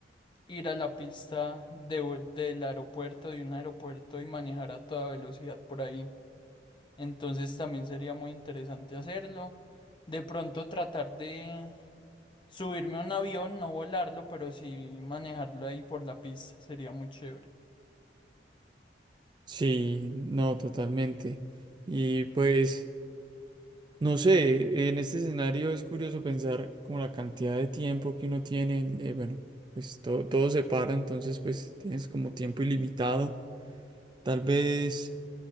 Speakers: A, on the left; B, on the right.
A: ir a la pista de, vu- del aeropuerto, de un aeropuerto y manejar a toda velocidad por ahí. Entonces también sería muy interesante hacerlo. De pronto tratar de subirme a un avión, no volarlo, pero sí manejarlo ahí por la pista. Sería muy chévere.
B: Sí, no, totalmente. Y pues... No sé, en este escenario es curioso pensar como la cantidad de tiempo que uno tiene, eh, bueno, pues to- todo se para, entonces pues tienes como tiempo ilimitado. Tal vez